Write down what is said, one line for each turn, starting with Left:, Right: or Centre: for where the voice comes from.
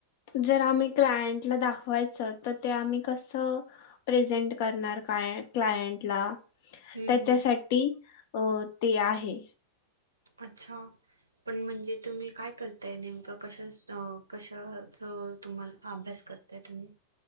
Left: जर आम्ही क्लायंटला दाखवायच तर, ते आम्ही कसं- प्रेझेंट करणार काय क्लायंट ला
Right: हम्म
Left: त्याच्यासाठी
Right: हम्म
Left: अ ते आहे.
Right: अच्छा! पण म्हनजे तुम्ही काय करताय? नेमक कशा कशाच तुम्हाला अभ्यास करता. त्यातून